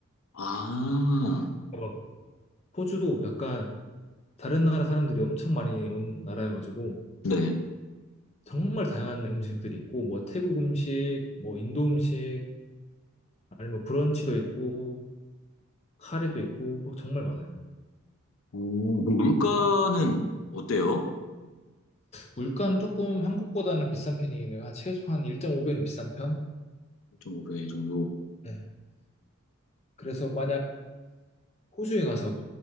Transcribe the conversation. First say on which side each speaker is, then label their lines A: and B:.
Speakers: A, on the left (about 70°); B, on the left (about 30°).
A: 아,
B: 어, 호주도 약간 다른 나라 사람들이 엄청 많이 온 나라여가지고
A: 네.
B: 정말 다양한 음식들이 있고 뭐 태국 음식, 뭐 인도 음식, 아니면 브런치도 있고 카레도 있고 뭐 정말 많아요.
A: 오, 그럼 물가는 어때요?
B: 물가는 조금 한국보다는 비싼 편이긴 해요. 한 최소한 1.5배는 비싼 편?
A: 일점5배 정도.
B: 네. 그래서 만약 호주에 가서